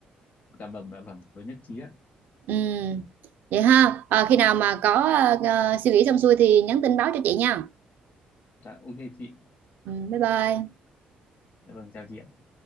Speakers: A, on the left; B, on the right.
A: dạ vâng dạ vâng với nhất trí ạ
B: ừ. vậy ha Ờ, khi nào mà có
A: vâng
B: ờ, ờ, suy nghĩ xong xuôi thì nhắn tin báo cho chị nha
A: dạ ok chị
B: ừ, bye bye
A: dạ vâng chào chị ạ